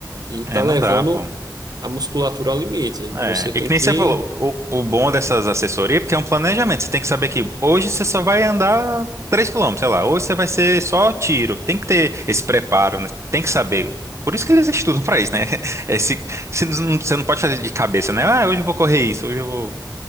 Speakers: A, on the right; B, on the right.
A: e tá
B: É, não
A: levando
B: dá, pô.
A: a musculatura ao limite.
B: É,
A: Você tem
B: e que nem
A: que,
B: você falou, o, o bom dessas assessorias é porque é um planejamento. Você tem que saber que hoje você só vai andar 3 quilômetros sei lá, hoje você vai ser só tiro. Tem que ter esse preparo, né? Tem que saber. Por isso que eles estudam pra isso, né? <laughs> Esse, você não você não pode fazer de cabeça, né? Ah, hoje eu vou correr isso, hoje eu vou.